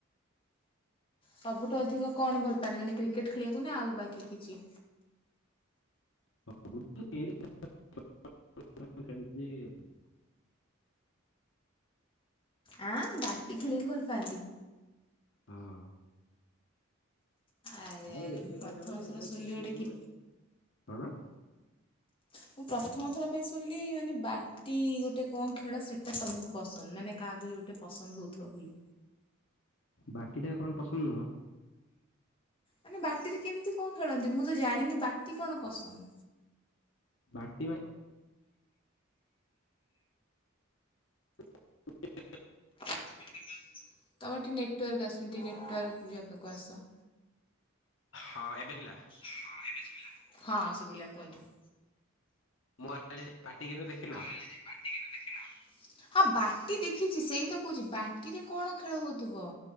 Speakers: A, on the left; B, on the left.
A: ସବୁଠୁ ଅଧିକ କଣ ଭଲ ପାଆନ୍ତି, ମାନେ କ୍ରିକେଟ୍ ଖେଳିବାକୁ ନା ଆଉ ବାକି କିଛି।
B: <unintelligible>
A: ଆଁ ବାଟି ଖେଳିବାକୁ ଭଲ ପାଆନ୍ତି।
B: ହଁ।
A: ଆରେ
B: ଆଉ
A: ଆରେ
B: ଏବେ
A: ମୁଁ ପ୍ରଥମ
B: କହିବା ଗଲେ
A: ଥର
B: ଏବେ
A: ଶୁଣିଲି
B: କ୍ରିକେଟ
A: ଗୋଟେ କି
B: ନୁହେଁ ଏବେ କଣ?
A: ମୁଁ ପ୍ରଥମ ଥର ପାଇଁ ଶୁଣିଲି ମାନେ ବା ଟି ଗୋଟେ କଣ ଖେଳ ସେଇଟା ତମକୁ ପସନ୍ଦ ମାନେ କାହାକୁ ଯୋଉଟା ପସନ୍ଦ ହଉଥିବ ବୋଲି।
B: ବାକିଟା କଣ ପସନ୍ଦ ନୁହଁ।
A: ମାନେ ବାଟିରେ କେମିତି କଣ ଖେଳନ୍ତି ମୁଁ ତ ଜାଣିନି ବାଟି କଣ ପସନ୍ଦ।
B: ବାଟି ବା <inaudible>
A: ତମର ଟିକେ ନେଟୱାର୍କ ଆସୁନି ଟିକେ ନେଟୱାର୍କ ଜାଗାକୁ ଆସ।
B: ହଁ ଏବେନେଲା।
A: ହଁ ଏବେ ସୁବିଲା। ହଁ ସୁବିଲା କୁହନ୍ତୁ।
B: ମୁଁ <unintelligible> ବାଟି କେବେ ଦେଖିନ।
A: ବାଟି କେଭେ ଦେଖିନ। ହଁ ବାଟି ଦେଖିଚି ସେଇ ତ କହୁଚି ବାଟିରେ କଣ ଖେଳ ହଉଥିବ?